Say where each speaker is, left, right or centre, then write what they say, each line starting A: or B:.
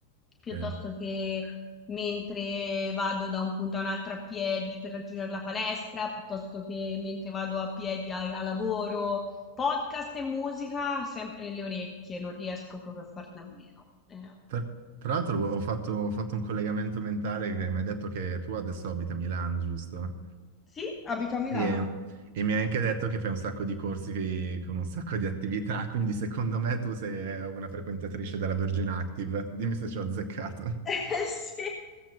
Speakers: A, on the left; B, on the right.
A: piuttosto
B: ok.
A: che mentre vado da un punto a un altro a piedi per raggiungere la palestra, piuttosto che mentre vado a piedi a, a lavoro. Podcast e musica sempre nelle orecchie, non riesco proprio a farne a meno. Eh,
B: Tra, tra l'altro ho fatto, ho fatto un collegamento mentale che mi hai detto che tu adesso abiti a Milano, giusto?
A: sì, abito a Milano.
B: E, e mi hai anche detto che fai un sacco di corsi che- con un sacco di attività, quindi secondo me tu sei una frequentatrice della Virgin Active. Dimmi se ci ho azzeccato.
A: <laughs> Eh, Sì,